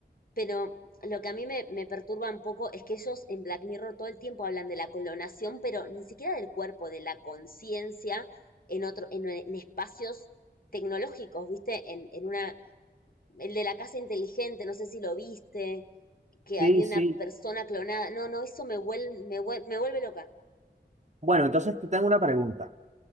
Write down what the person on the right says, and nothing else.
sí,
sí.
Bueno, entonces te tengo una pregunta.